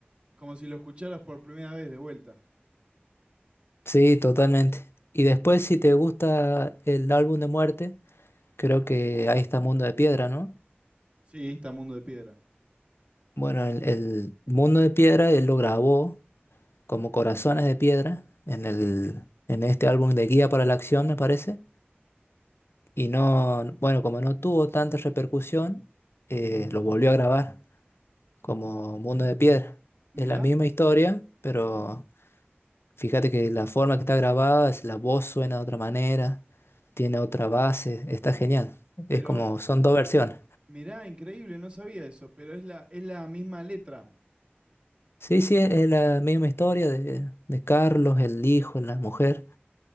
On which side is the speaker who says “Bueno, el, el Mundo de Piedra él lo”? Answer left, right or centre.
Left